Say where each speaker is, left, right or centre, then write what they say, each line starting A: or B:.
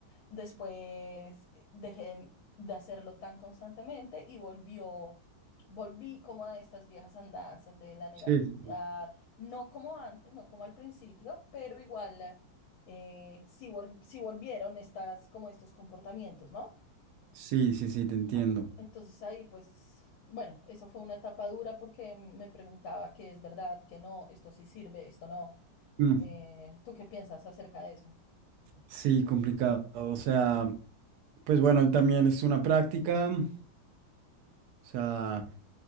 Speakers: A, on the left; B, on the right.
A: Después eh, dejé de hacerlo tan constantemente y volvió, volví como a estas viejas andanzas de la negatividad,
B: sí, sí, sí,
A: no como antes, no como al principio, pero igual eh, sí, vol- sí volvieron estas, como estos comportamientos, ¿no?
B: sí, sí, sí, te entiendo.
A: Ah, Entonces ahí pues, bueno, eso fue una etapa dura porque me preguntaba qué es verdad, qué no, esto sí sirve, esto no.
B: Mm,
A: Eh, ¿tú qué piensas acerca de eso?
B: Sí, complicado. O sea, pues bueno, también es una práctica, o sea,